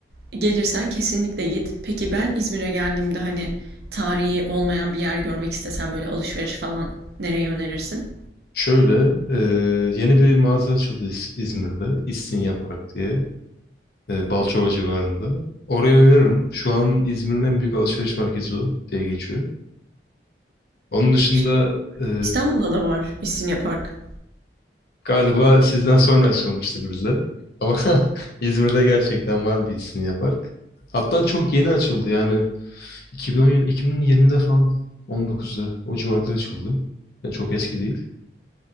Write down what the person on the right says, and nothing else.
Gelirsen kesinlikle git. Peki ben İzmir'e geldiğimde hani tarihi olmayan bir yer görmek istesem böyle alışveriş falan nereye önerirsin?
Şey,
İstanbul'da da var İstinye Park.